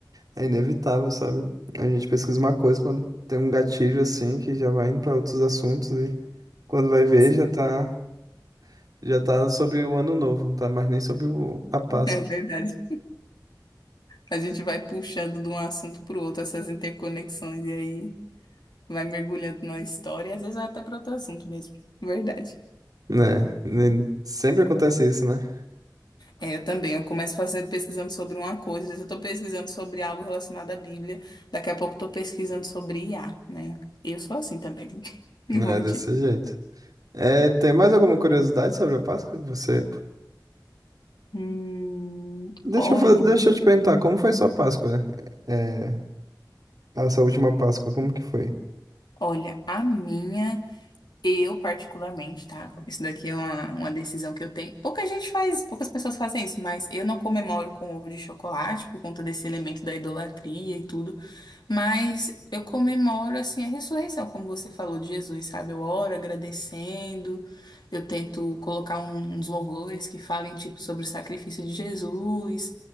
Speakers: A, on the right; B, on the left.
A: é inevitável, sabe? A gente pesquisa uma coisa quando tem um gatilho assim que já vai indo pra outros assuntos e quando vai ver
B: Sim,
A: já tá, já tá sobre o ano novo, não tá mais nem sobre o- a Páscoa.
B: <laughs> é verdade. A gente vai puxando de um assunto para o outro essas interconexões e aí vai mergulhando na história e às vezes vai até para outro assunto mesmo. Verdade.
A: Né? nem- Sempre acontece isso, né?
B: É, eu também. Eu começo fazendo pesquisando sobre uma coisa, às vezes eu tô pesquisando sobre algo relacionado à Bíblia, daqui a pouco eu tô pesquisando sobre IA, né? Eu sou assim também, <laughs> não
A: Não
B: vou
A: é
B: mentir.
A: desse jeito. É, tem mais alguma curiosidade sobre a Páscoa que você.
B: Hum,
A: Deixa
B: olha,
A: eu, faz- deixa eu te perguntar, como foi sua Páscoa? É, Essa última Páscoa, como que foi?
B: olha, a minha. Eu, particularmente, tá? Isso daqui é uma, uma decisão que eu tenho. Pouca gente faz, poucas pessoas fazem isso, mas eu não comemoro com ovo de chocolate por conta desse elemento da idolatria e tudo. Mas eu comemoro, assim, a ressurreição, como você falou de Jesus, sabe? Eu oro agradecendo, eu tento colocar um- uns louvores que falem, tipo, sobre o sacrifício de Jesus.